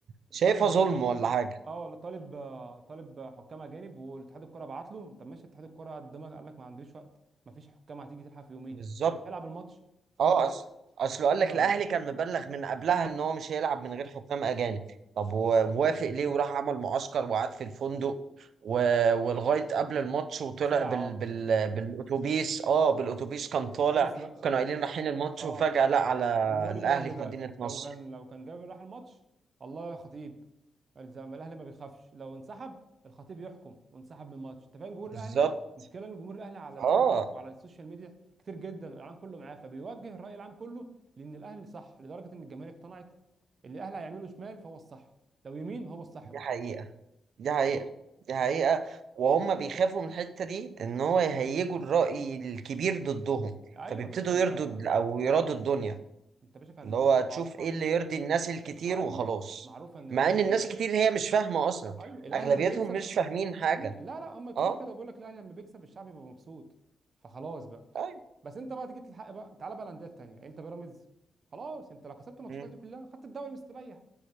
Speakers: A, on the right (about 80°); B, on the right (about 55°).
A: شايفها
B: طالب
A: ظلم ولا حاجه
B: اه ولا طالب آه، طالب حكام اجانب والاتحاد الكوره بعت له طب ماشي اتحاد الكوره قدمك قال لك ما عنديش وقت ما فيش حكام هتيجي تلحق في يومين
A: بالظبط
B: روح العب الماتش
A: اه
B: لا
A: اصل اصل
B: اصل
A: قال
B: انا
A: لك الاهلي كان مبلغ من قبلها ان هو مش هيلعب من غير حكام اجانب طب ووافق ليه وراح عمل معسكر وقعد في الفندق و... ولغايه قبل الماتش وطلع
B: في ساعه
A: بال...
B: اه
A: بال... بالاتوبيس اه بالاتوبيس
B: اه
A: كان طالع
B: بص بقى
A: كانوا قايلين رايحين الماتش
B: اه
A: وفجاه لا على
B: جمهور
A: الاهلي
B: الاهلي
A: في
B: بقى
A: مدينه
B: لو
A: نصر
B: كان لو كان جاب راح الماتش الله يا خطيب الزم الاهلي ما بيخافش لو انسحب الخطيب يحكم وانسحب من الماتش انت فاهم جمهور
A: بالظبط
B: الاهلي مشكله ان جمهور الاهلي على الفيسبوك
A: اه
B: وعلى السوشيال ميديا كتير جدا العالم كله معاه فبيوجه الراي العام كله لان الاهلي صح لدرجه ان الجماهير اقتنعت ان الاهلي هيعمله شمال فهو الصح لو يمين هو الصح
A: دي
B: برضه
A: حقيقه دي حقيقه دي حقيقه وهم بيخافوا من الحته دي ان هو يهيجوا الراي الكبير ضدهم
B: ايوه
A: فبيبتدوا
B: يا باشا ما
A: يردوا
B: انت
A: او يرادوا
B: اه
A: الدنيا
B: انت يا باشا كان
A: اللي
B: في
A: هو
B: مقوله
A: تشوف
B: معروفه
A: ايه اللي يرضي الناس الكتير
B: ايوه
A: وخلاص
B: معروفه ان الاهلي
A: مع ان
B: لما
A: الناس الكتير هي مش فاهمة اصلا
B: ايوه الاهلي
A: اغلبيتهم
B: لما بيكسب
A: مش فاهمين حاجة
B: مم. لا لا هم اتفرجوا
A: اه
B: كده بيقول لك الاهلي لما بيكسب الشعب بيبقى مبسوط فخلاص بقى
A: طيب
B: بس انت بقى تيجي تلحق بقى تعالى بقى الانديه التانيه انت بيراميدز خلاص انت لو كسبت ماتشاتك
A: مم.
B: دي كلها خدت الدوري مستريح